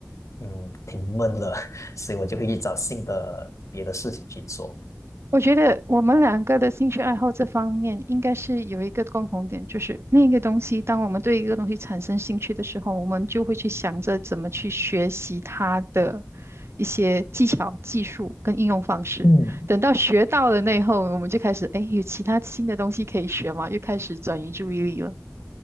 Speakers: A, on the left; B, on the right.
A: 嗯，挺闷了，<laughs> 所以我就会去找新的别的事情去做。
B: 我觉得我们两个的兴趣爱好这方面应该是有一个共同点，就是那个东西，当我们对一个东西产生兴趣的时候，我们就会去想着怎么去学习它的一些技巧、技术跟应用方式。
A: 嗯。
B: 等到学到了那以后，我们就开始，哎，有其他新的东西可以学嘛，又开始转移注意力了。